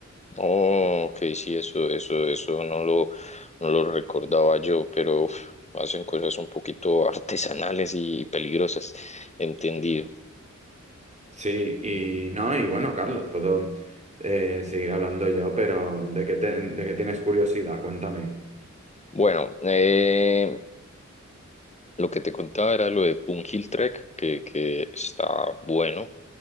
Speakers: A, on the left (about 20°); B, on the right (about 20°).
A: Oh, ok, sí, eso, eso, eso no lo, no lo recordaba yo, pero uf, hacen cosas un poquito artesanales y peligrosas. Entendido.
B: Sí, y no, y bueno, Carlos, puedo eh, seguir hablando yo, pero ¿de qué, te- de qué tienes curiosidad? Cuéntame.
A: Bueno, eh, lo que te contaba era lo de Pungil Trek, que, que está bueno,